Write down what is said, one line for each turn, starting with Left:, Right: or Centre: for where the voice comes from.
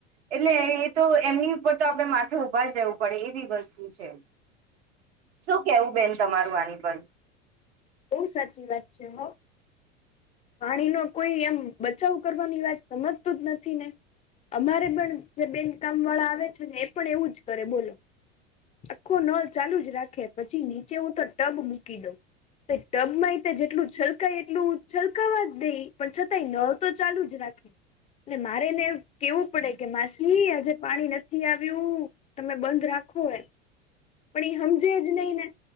Right: એટલે એ તો એમની ઉપર તો આપડે માથું ઉભા જવું. પડે એ બી વસ્તુ છે. શું કેવું બેન તમારું આની પર.
Left: બઉ સાચી વાત છે હ. પાણી ન કોઈ એમ બચાવ કરવાની વાત સમજતું જ નથી ને. અમારે પણ જે બેન કામ વાળા આવે છે ને એ પણ એવું જ કરે બોલો. આખો ન ચાલુ જ રાખ. પછી નીચે હું તો ટબ મૂકી દઉં તો ટબમાં એ જેટલું છલકાય એટલું. છલકાવા જ દઈ પણ છતાંય ન તો ચાલુ જ રાખી અને મારે ને. કેવું પડે કે માસી આજે પાણી નથી આવ્યું તમે બંધ રાખો એમ. પણ એ સમજે જ નહીં ને